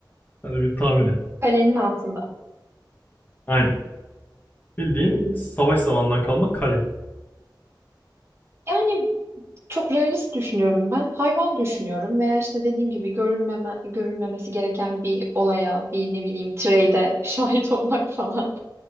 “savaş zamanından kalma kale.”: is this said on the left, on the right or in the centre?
Left